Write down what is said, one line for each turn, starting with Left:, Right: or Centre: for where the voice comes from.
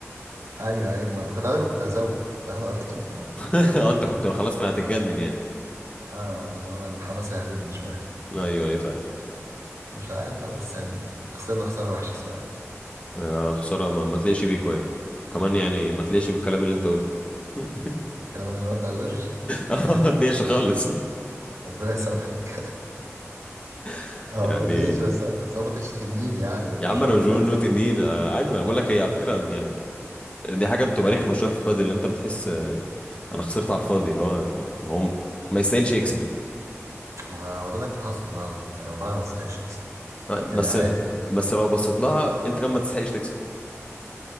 Right: ايوه ايوه ما أنا كنت هتعادل وكنت هزود كنت هلعب تاني
Left: <laughs> اه انت كنت خلاص ما هتتجنن يعني
Right: اه اللي هو الحماس هياخدني شوية
Left: لا ايوه ايوه فاهم
Right: مش عارف بقى بس يعني خسرنا خسارة وحشة صراحة
Left: يا خساره ما, ما تليقش بيكو يعني كمان يعني ما تليقش بالكلام اللي انت قلته <laughs>
Right: الكلام اللي انا قلته على جورج
Left: اه ما تليقش خالص
Right: ربنا يسامحك <laughs>
Left: <laughs>
Right: هو
Left: يعني
Right: ما تلاقيش بس بس هو ما كانش تنين يعني مش
Left: يا عم انا
Right: هو
Left: مش
Right: اللي
Left: بقول
Right: عزيز
Left: انه تنين آه، عادي ما انا بقول لك هي على فكره يعني دي حاجه بتبقى رخمه شويه في بدل اللي انت بتحس آه، انا خسرت على الفاضي اللي هو ما- هو ما يستاهلش يكسب
Right: ما هو ده اللي انا كنت حاسه النهارده يعني هو فعلا ما يستحقش يكسب
Left: آه،
Right: يعني
Left: بس
Right: عادي
Left: بس لو بصيت لها انت كمان ما تستحقش تكسب